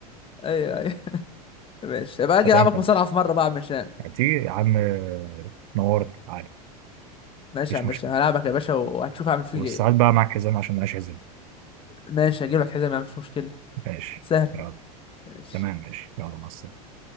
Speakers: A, on the left; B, on the right.
A: ايوه ايوه ماشي يبقى
B: استطعم
A: اجي العبك
B: حلو
A: مصارعه في مره بقى يا عم هشام
B: يعني تيجي يا عم آه، نورنا عادي
A: ماشي
B: مفيش
A: يا عم
B: مشكله
A: هشام هلعبك يا باشا وهتشوف اعمل فيك
B: والساعات
A: ايه
B: بقى معاك حزام عشان معيش حزام
A: ماشي هجيب لك حزام يا عم مش مشكله
B: ماشي
A: سهل
B: يلا
A: ماشي
B: تمام ماشي يلا مع السلامه